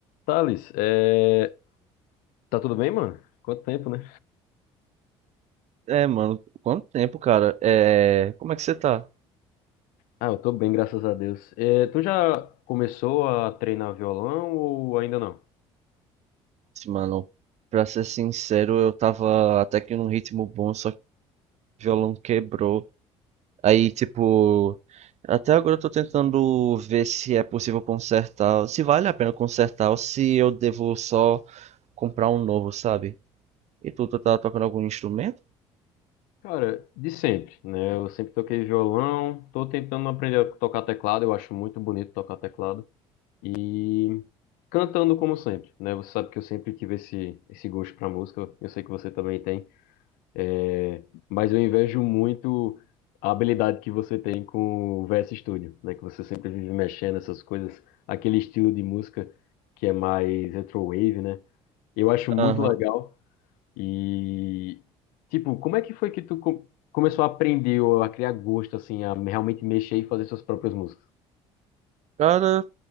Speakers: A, on the left (about 70°); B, on the right (about 50°).
A: Thales, é, tá tudo bem, mano? Quanto tempo, né?
B: É, mano, quanto tempo, cara? É, como é que você tá?
A: Ah, eu tô bem, graças a Deus. É, tu já começou a treinar violão ou ainda não?
B: Assim, Mano, pra ser sincero, eu tava até que num ritmo bom, só que o violão quebrou. Aí, tipo, até agora eu tô tentando ver se é possível consertar, se vale a pena consertar ou se eu devo só comprar um novo, sabe? E tu, tu tá tocando algum instrumento?
A: Cara, de sempre, né? Eu sempre toquei violão, tô tentando aprender a tocar teclado, eu acho muito bonito tocar teclado. E cantando como sempre, né? Você sabe que eu sempre tive esse, esse gosto pra música, eu sei que você também tem. É, mas eu invejo muito a habilidade que você tem com o VS Studio, né? Que você sempre vive mexendo essas coisas, aquele estilo de música que é mais retrowave, né? Eu acho muito
B: Aham.
A: legal e tipo, como é que foi que tu co- começou a aprender ou a criar gosto assim, a realmente mexer e fazer suas próprias músicas?
B: Cara,